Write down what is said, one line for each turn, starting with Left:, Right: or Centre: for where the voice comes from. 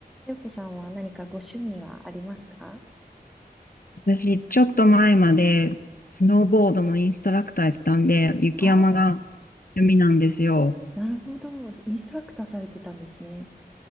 Centre: あやこさんは何かご趣味はありますか
Left: 私、ちょっと前まで、スノーボードのインストラクターやってたんで、雪山が
Centre: ああ
Left: 趣味なんですよ。
Centre: ー、なるほど。インストラクターされてたんですね。